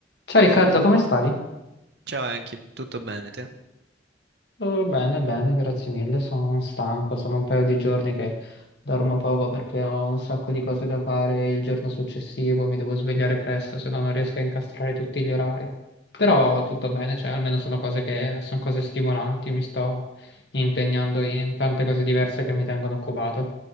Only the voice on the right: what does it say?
Ciao Enki, tutto bene te?